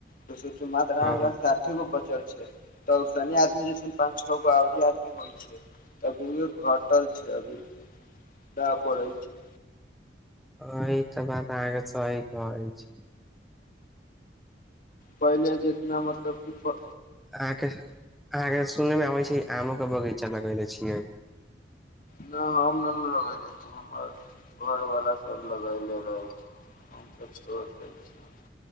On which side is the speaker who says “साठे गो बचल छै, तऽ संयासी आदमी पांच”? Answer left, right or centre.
Left